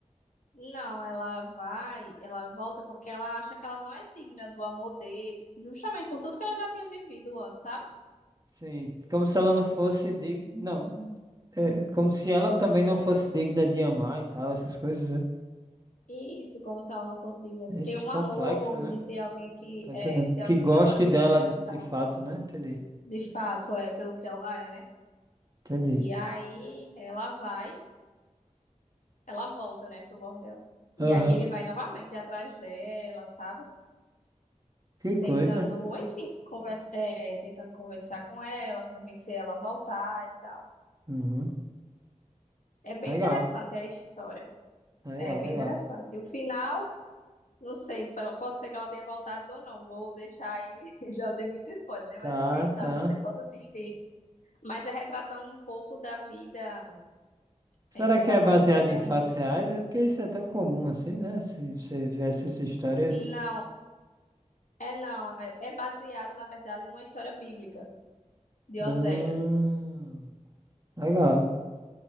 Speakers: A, on the left; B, on the right.
A: Não, ela vai, ela volta porque ela acha que ela não é digna do amor dele, justamente por tudo que ela já tinha vivido antes, sabe?
B: Sim, como se ela não fosse digna. Não, é como se ela também não fosse digna de amar e tal, essas coisas, né?
A: Isso, como se ela não fosse digna de
B: Ixi,
A: ter um
B: complexo,
A: amor
B: né?
A: e de ter alguém que
B: Tô entendendo.
A: é, ter alguém
B: Que goste
A: que amasse
B: dela
A: ela
B: de
A: e tal.
B: fato, né? Entendi.
A: De fato, é pelo que ela é, né?
B: Entendi.
A: E aí ela vai, ela volta, né, pro bordel. E
B: Aham.
A: aí ele vai novamente atrás dela, sabe?
B: Que coisa.
A: tentando, enfim, conversa, é, tentando conversar com ela, convencer ela a voltar e tal.
B: Uhum.
A: É bem
B: Legal,
A: interessante a história.
B: legal,
A: É bem
B: legal.
A: interessante. O final, não sei, pelo- pode ser que ela tenha voltado ou não. Vou deixar aí, <laughs> já dei muito spoiler, né?
B: Tá,
A: Mas quem
B: tá.
A: sabe você possa assistir. Mas é retratando um pouco da vida,
B: Será
A: é retratar
B: que é baseado
A: um pouco.
B: em fatos reais? É porque isso é tão comum assim, né? Se você vê essas histórias.
A: Não, é não. É, é baseado, na verdade, numa história bíblica de
B: Hum,
A: Oséias.
B: legal.